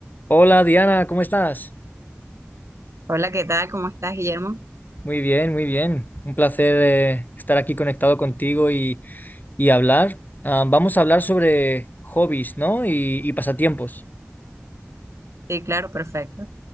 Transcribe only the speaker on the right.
Hola, ¿qué tal? ¿Cómo estás, Guillermo?
Sí, claro, perfecto.